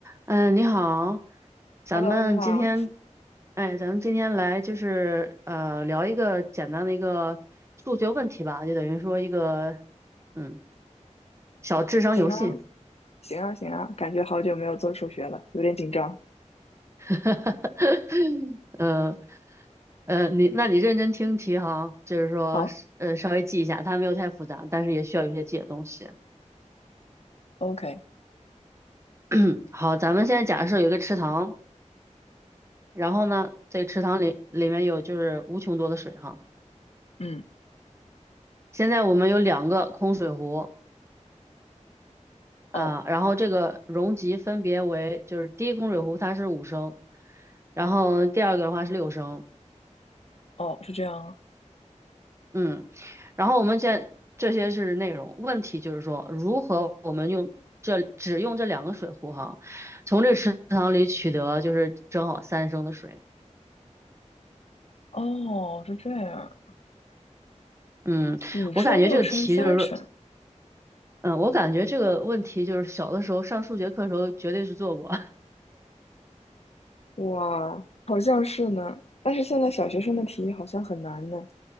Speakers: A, on the right (about 20°); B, on the left (about 55°).
A: 嗯，你好，咱们今天，
B: Hello，你好，
A: 哎，咱们今天来就是呃聊一个简单的一个数学问题吧，就等于说一个嗯小智商游戏。
B: 行啊，行啊，行啊，感觉好久没有做数学了，有点紧张。
A: <laughs> 呃呃，你那你认真听题哈，就是说呃稍微记一下，
B: 好
A: 它没有太复杂，但是也需要有一些记的东西。
B: ，OK，OK，
A: <coughs> <clears throat> 好，咱们现在假设有一个池塘，然后呢，这个池塘里里面有就是无穷多的水哈。
B: 嗯，
A: 现在我们有两个空水壶，啊、
B: 哦，
A: 然后这个容积分别为，就是第一供水壶它是五升，然后第二个的话是六升，
B: 哦，是这样啊
A: 嗯，然后我们现在这些是内容，问题就是说如何我们用这只用这两个水壶哈，从这池塘里取得就是正好三升的水，
B: 哦，是这样，
A: 嗯，
B: 五升、
A: 我感觉这个题就是说，
B: 六升、三升，
A: 嗯，我感觉这个问题就是小的时候上数学课的时候绝对是做过，
B: 哇，好像是呢。但是现在小学生的题好像很难呢，